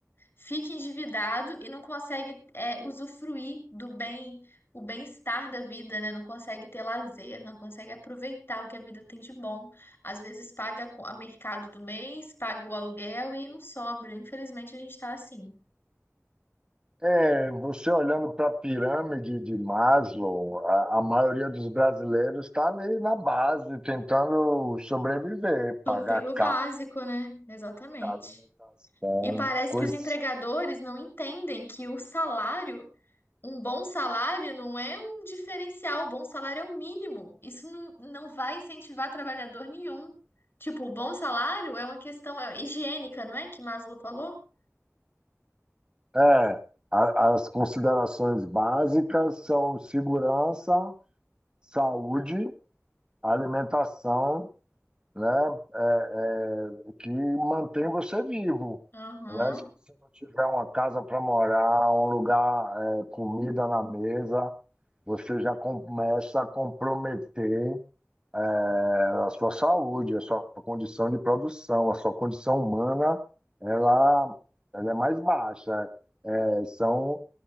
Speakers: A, on the left; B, on the right.
A: fica endividado e não consegue, é, usufruir do bem, o bem-estar da vida, né? Não consegue ter lazer, não consegue aproveitar o que a vida tem de bom. Às vezes paga o mercado do mês, paga o aluguel e não sobra. Infelizmente a gente está assim.
B: É, você olhando para a pirâmide de Maslow, a, a maioria dos brasileiros está ali na base, tentando sobreviver, pagar
A: Suprir o
B: casa,
A: básico, né? Exatamente.
B: alimentação,
A: E parece
B: coisas.
A: que os empregadores não entendem que o salário, um bom salário, não é um diferencial. O bom salário é o mínimo. Isso não, não vai incentivar trabalhador nenhum. Tipo, o bom salário é uma questão é, higiênica, não é? Que Maslow falou?
B: É, a- as considerações básicas são segurança, saúde, alimentação, né, é, é, que mantém você vivo.
A: Aham.
B: né? Se você não tiver uma casa para morar, um lugar, é, comida na mesa, você já começa a comprometer é, a sua saúde, a sua condição de produção, a sua condição humana, ela, ela é mais baixa. É, são,